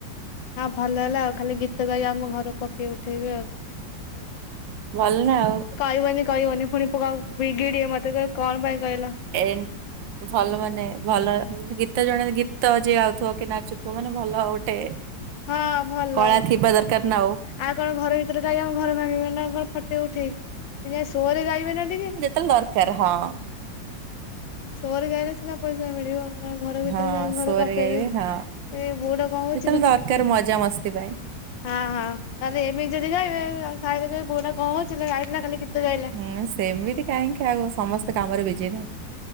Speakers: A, on the left (about 75°); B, on the right (about 80°).
A: ଆ ଭଲ ହେଲା ଆଉ ଖାଲି ଗୀତ ଗାଇ ଆମ ଘର ପକେଇ ଉଠେଇବେ ଆଉ।
B: ଭଲ ନା ଆଉ।
A: କହି ବନି କହି ବନି। ପୁଣି ପୁଅ ବିଗିଡ଼ିବ ମତେ କହିବ କଣ ପାଇଁ ଇଂ କହିଲ।
B: ଏନ୍ ଭଲ ମାନେ ଭଲ ଗୀତ ଜଣେ ଗୀତ ଯିଏ ଗାଉଥିବ କି ନାଚୁଥିବ ମାନେ ଭଲ ଗୋଟେ
A: ହଁ, ଭଲ।
B: କଳା ଥିବା ଦରକାର ନା
A: ଆଉ କଣ ଘର ଭିତରେ ଗାଇବ ଆ ଘର ଭାଙ୍ଗିବ ନା କଣ ଫ ଟ ଉଠେଇ ଏ ଯା ସୋରେ ଗାଇବେ ନା ଟିକେ।
B: ତାଙ୍କୁ ଦରକାର ହଁ।
A: ସୋରେ ଗାଇଲେ ସିନା ପଇସା ମିଳିବ। ଆଉ କଣ ଘର ଭିତରେ
B: ହଁ
A: ରହି ଘର
B: ସୋରେ
A: କମ୍ପେଇଇବେ,
B: ଗାଇବେ ହଁ
A: ଇବେ ଏ ବୋଉଟା କଣ
B: ଯେତେବେଳେ
A: କରୁଚି ଲୋ।
B: ଦରକାର ମଜା ମସ୍ତି ପାଇଁ।
A: ହଁ ହଁ ତାହେଲେ ଏମି ଯଦି ଗାଇବେ ତାଙ୍କ ସାଇ ରେ ବୋଉଟା କଣ ହଉଚି ଲୋ ଯାଇଥିଲା କାଲି ଗୀତ ଗାଈଲ
B: ହୁଁ ସେମିତି କାହିଁକି ଆଗ ସମସ୍ତେ କାମରେ ବିଜି ନା।